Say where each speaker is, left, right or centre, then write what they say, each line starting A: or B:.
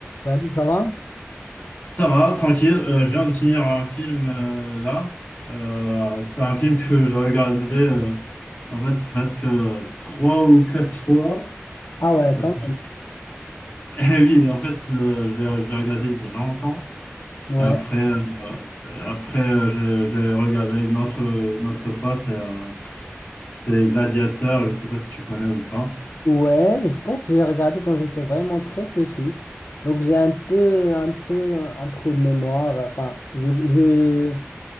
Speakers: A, on the left; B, on the left.
A: Salut, ça va?
B: Ça va, tranquille. Euh, je viens de finir un film euh, là. Euh, c'est un film que j'ai regardé euh, en fait presque euh, trois ou quatre fois.
A: Ah ouais,
B: Euh,
A: quand
B: c'est-
A: même.
B: <laughs> Eh oui, en fait, euh, je l'ai je l'ai regardé il y a longtemps.
A: Ouais.
B: Et après, euh, et après euh, je, je l'ai regardé une autre, une autre fois. C'est euh, c'est Gladiateur. Je ne sais pas si tu connais ou pas.
A: Ouais, je pense que j'ai regardé quand j'étais vraiment très petit. Donc j'ai un peu, un peu un trou de mémoire. Enfin, je, je...